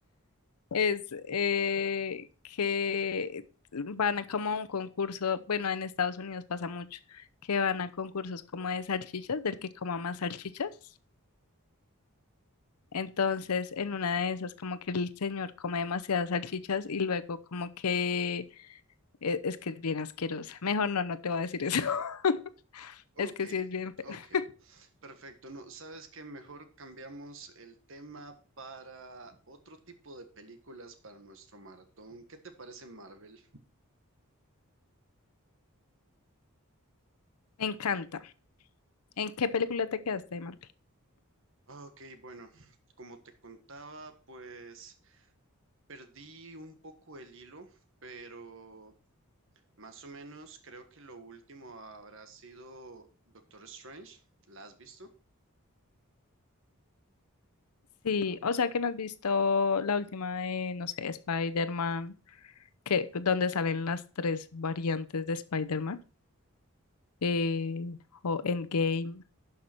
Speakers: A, on the left; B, on the right.
A: Es eh, que van a como a un concurso, bueno, en Estados Unidos pasa mucho, que van a concursos como de salchichas, del que coma más salchichas. Entonces, en una de esas, como que el señor come demasiadas salchichas y luego como que eh, es que es bien asquerosa. Mejor no, no te voy a decir eso. <laughs>
B: Ok,
A: Es que sí es bien fea.
B: ok, perfecto. No, sabes que mejor cambiamos el tema para otro tipo de películas para nuestro maratón. ¿Qué te parece Marvel?
A: Me encanta. ¿En qué película te quedaste, Marco?
B: Ok, bueno, como te contaba, pues perdí un poco el hilo, pero más o menos creo que lo último habrá sido Doctor Strange. ¿La has visto?
A: Sí, o sea que no has visto la última de, no sé, Spider-Man, que, donde salen las tres variantes de Spider-Man, eh, o Endgame.